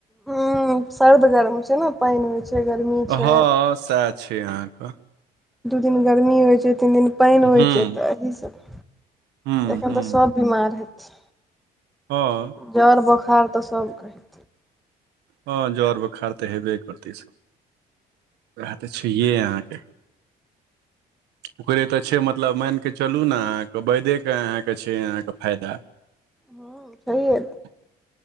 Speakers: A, in the centre; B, on the right.
A: हां सर्द गरम छै ने पानि होइ छै। गर्मी छै
B: हँ सएह छै अहाँके
A: दू दिन गर्मी होइत छै तीन दिन पानि होइत
B: हूँ
A: छै तऽ येह सभ
B: हूँ
A: एखन
B: हूँ
A: तऽ सभ बिमार हेतै छे।
B: हँ
A: जर बोखार तऽ सब कहे।
B: हँ जर बोखार तऽ हेबे करतै सब। वएह तऽ छहे अहाँके ओकरे तऽ छै मतलब मानि कऽ चलू ने अहाँके वैदेके अहाँके छै अहाँके फायदा।
A: हँ सही हये।
B: <unintelligible>